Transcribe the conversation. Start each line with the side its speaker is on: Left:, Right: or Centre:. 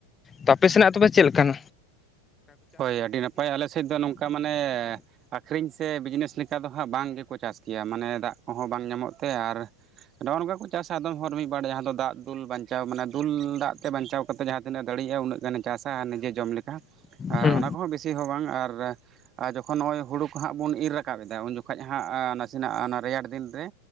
Left: ᱛᱚ ᱟᱯᱮ ᱥᱮᱱᱟᱜ ᱛᱚᱵᱮ ᱪᱮᱫ ᱞᱮᱠᱟᱱ?
Right: ᱦᱳᱭ ᱟᱹᱰᱤ ᱱᱟᱯᱟᱭ ᱟᱞᱮ ᱥᱮᱫ ᱫᱚ ᱱᱚᱝᱠᱟ ᱢᱟᱱᱮ ᱟᱠᱷᱨᱤᱧ ᱥᱮ ᱵᱤᱡᱽᱱᱮᱥ ᱞᱮᱠᱟ ᱫᱚ ᱦᱟᱸᱜ ᱵᱟᱝ ᱜᱮᱠᱚ ᱪᱟᱥ ᱜᱮᱭᱟ ᱢᱟᱱᱮ ᱫᱟᱜ ᱠᱚᱦᱚᱸ ᱵᱟᱝ ᱧᱟᱢᱚᱜ ᱛᱮ ᱟᱨ ᱱᱚᱜᱼᱚ ᱱᱚᱝᱠᱟ ᱠᱚ ᱪᱟᱥᱟ ᱟᱫᱚᱢ ᱦᱚᱲ ᱢᱤᱫ ᱵᱟᱨ ᱡᱟᱦᱟᱸ ᱫᱚ ᱫᱟᱜ ᱫᱩᱞ ᱵᱟᱧᱪᱟᱣ ᱢᱟᱱᱮ ᱫᱩᱞ ᱫᱟᱜ ᱛᱮ ᱵᱟᱧᱪᱟᱣ ᱠᱚᱛᱮ ᱡᱟᱦᱟᱸ ᱛᱤᱱᱟᱹᱜ ᱫᱟᱲᱮᱭᱟᱜᱼᱟ ᱩᱱᱟᱹᱜ ᱜᱟᱱᱮ ᱪᱟᱥᱟ ᱟᱨ ᱱᱤᱡᱮ ᱡᱚᱢ ᱞᱮᱠᱟ᱾ ᱚᱱᱟ
Left: ᱦᱩᱸ
Right: ᱠᱚᱦᱚᱸ ᱵᱮᱥᱤ ᱦᱚᱸ ᱵᱟᱝ ᱟᱨ ᱟᱨ ᱡᱚᱠᱷᱚᱱ ᱱᱚᱜᱼᱚᱭ ᱦᱩᱲᱩ ᱠᱚ ᱦᱟᱸᱜ ᱵᱚᱱ ᱤᱨ ᱨᱟᱠᱟᱵ ᱮᱫᱟ ᱩᱱ ᱡᱚᱠᱷᱚᱡ ᱦᱟᱸᱜ ᱱᱟᱥᱮᱱᱟᱜ ᱨᱮᱭᱟᱲ ᱫᱤᱱ ᱨᱮ